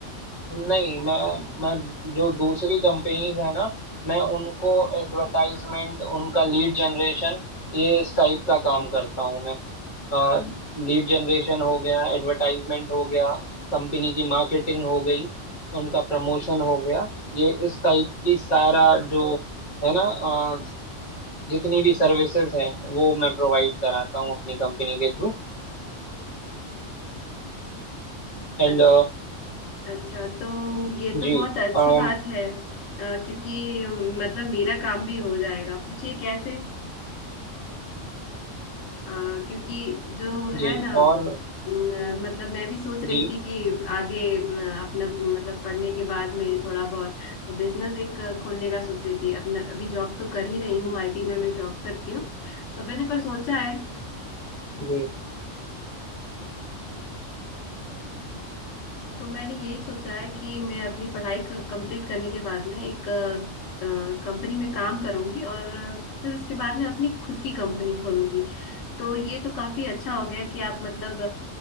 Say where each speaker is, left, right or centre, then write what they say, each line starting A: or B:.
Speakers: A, on the left; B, on the left.
A: नहीं मैं मैं जो दूसरी कंपनीज है ना मैं उनको एडवर्टाइजमेंट उनका लीड जनरेशन ये इस टाइप का काम करता हूँ मैं लीड जनरेशन हो गया एडवर्टाइजमेंट हो गया कंपनी की मार्केटिंग हो गई उनका प्रमोशन हो गया ये इस टाइप की सारा जो है ना अ, जितनी भी सर्विसेज हैं वो मैं प्रोवाइड कराता हूँ अपनी कंपनी के थ्रू एंड
B: अच्छा अच्छा तो ये तो
A: जी
B: बहुत अच्छी
A: अम,
B: बात है अ, क्योंकि अम, मतलब मेरा काम भी हो जाएगा पूछिए कैसे अ, क्योंकि जो
A: जी
B: है ना
A: और
B: न, मतलब मैं भी सोच रही
A: जी
B: थी कि आगे म, अपना मतलब पढ़ने के बाद में थोड़ा बहुत तो बिजनेस एक खोलने का सोच रही थी अपना अभी जॉब तो कर ही रही हूँ आईटी में मैं जॉब करती हूँ तो मैंने पर सोचा है
A: जी
B: तो मैंने यही सोचा है कि मैं अपनी पढ़ाई कंप्लीट करने के बाद में एक कंपनी में काम करूंगी और फिर उसके बाद में अपनी खुद की कंपनी खोलूंगी तो ये तो काफी अच्छा हो गया कि आप मतलब